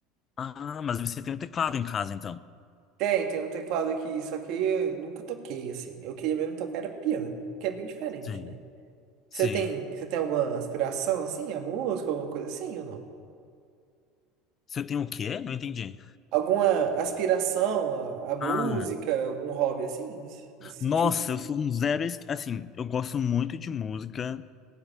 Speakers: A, on the left; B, on the right.
A: ah, mas você tem um teclado em casa, então.
B: Tem, tem um teclado aqui, só que eu nunca toquei, assim. Eu queria mesmo tocar era piano, que é bem diferente,
A: Sim,
B: né?
A: sim.
B: Você tem, você tem alguma aspiração, assim, a música, alguma coisa assim ou não?
A: Você tem o quê? Não entendi.
B: Alguma aspiração à, à música,
A: Ah,
B: algum hobby assim, nesse nesse
A: nossa,
B: sentido?
A: eu sou um zero. es- Assim, eu gosto muito de música.